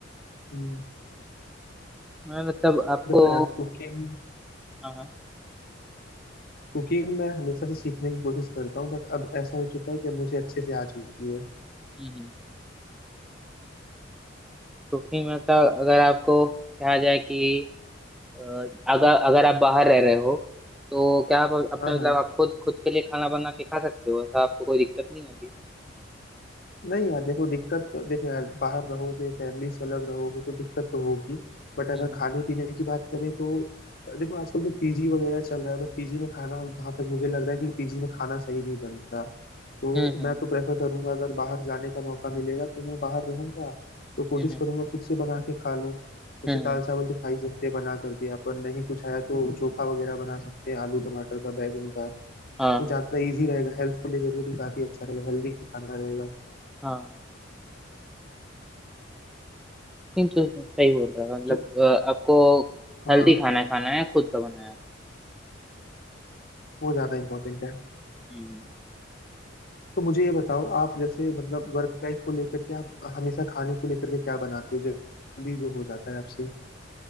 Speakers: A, on the left; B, in the centre.
A: हम्म,
B: मैं मतलब आपको
A: देखो यार कुकिंग
B: हाँ हाँ
A: कुकिंग मैं हमेशा से सीखने की कोशिश करता हूँ बट अब ऐसा हो चुका है कि मुझे अच्छे से आ चुकी है
B: हम्म क्योंकि मतलब अगर आपको कहा जाए कि अ, अगर अगर आप बाहर रह रहे हो तो क्या आप अपने
A: हाँ
B: मतलब
A: हाँ
B: आप खुद खुद के लिए खाना बना के खा सकते हो ऐसा आपको कोई दिक्कत नहीं होगी
A: नहीं यार देखो दिक्कत तो- देखो यार बाहर रहोगे फैमिली से अलग रहोगे तो दिक्कत तो होगी बट अगर
B: हम्म
A: खाने पीने की बात करें तो अ, देखो आजकल तो पीजी वगैरह चल रहा है बट पीजी में खाना जहाँ तक मुझे लग रहा है कि पीजी में खाना सही नहीं बनता तो
B: हम्म
A: मैं
B: हम्म
A: तो प्रेफर करूंगा अगर बाहर जाने का मौका मिलेगा तो मैं बाहर रहूंगा तो कोशिश
B: हम्म
A: करूंगा खुद से बना के खा लूँ जैसे
B: हम्म,
A: दाल
B: हम्म,
A: चावल तो खा ही सकते हैं बना करके अपन नहीं कुछ आया तो चोखा वगैरह बना सकते हैं आलू टमाटर का बैंगन का
B: हाँ
A: वो ज्यादा इजी रहेगा हेल्थ को लेकर के भी काफी अच्छा रहेगा हेल्दी खाना रहेगा
B: हाँ नहीं तो सही बोल रहा है मतलब
A: तो
B: अ, आपको
A: हाँ
B: हेल्दी खाना खाना है खुद का बनाया
A: वो ज्यादा इंपॉर्टेंट है
B: हम्म
A: तो मुझे ये बताओ आप जैसे मतलब वर्क लाइफ को लेकर के आप हमेशा खाने को लेकर के क्या बनाते हो जल्दी जो हो जाता है आपसे